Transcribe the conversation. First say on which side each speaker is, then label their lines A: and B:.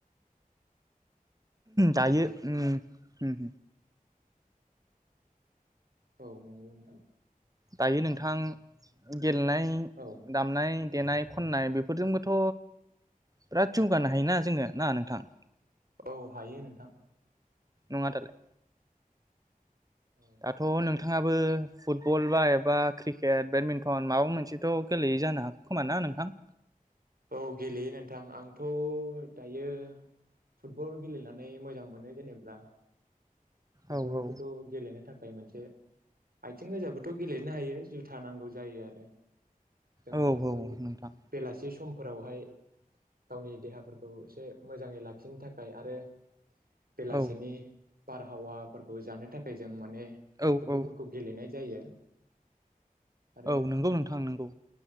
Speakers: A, on the right; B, on the right.
A: दायो
B: आरो
A: ओम ओ होम
B: औ नोंगौ नोंथां।
A: दायो नोंथां गेलेनाय,
B: औ
A: दामनाय देनाय खननाय बेफोरजोंबोथ' बिराद जौगानो हायोना जोङो ना नोंथां?
B: औ हायो नोंथां।
A: नङा दालाय?
B: औ
A: दाथ' नोंथाङाबो फुटबल बा एबा क्रिकेट बेडमिन्टन माबा मोनसेथ' गेलेयो जानो हागौ खोमा ना नोंथां?
B: औ गेलेयो नोंथां। आंथ' दायो फुटबल गेलेनानै मोजां मोनो जेनेब्ला। फुटबलखौथ'
A: औ औ
B: गेलेनो थाखाय मोनसे से आथिं गोजाबोथ' गेलेनो हायो जुथा नांगौ जायो आरो जों
A: औ
B: बेखौ
A: औ नोंथां
B: बेलासि समफोरावहाय गावनि देहाफोरखौ एसे मोजाङै लाखिनो थाखाय आरो बेलासिनि
A: औ
B: हावाफोरखौ जानो थाखाय जों माने
A: औ
B: फुटबलफोरखौ
A: औ
B: गेलेनाय जायो। आरो
A: औ नंगौ नोंथां नंगौ।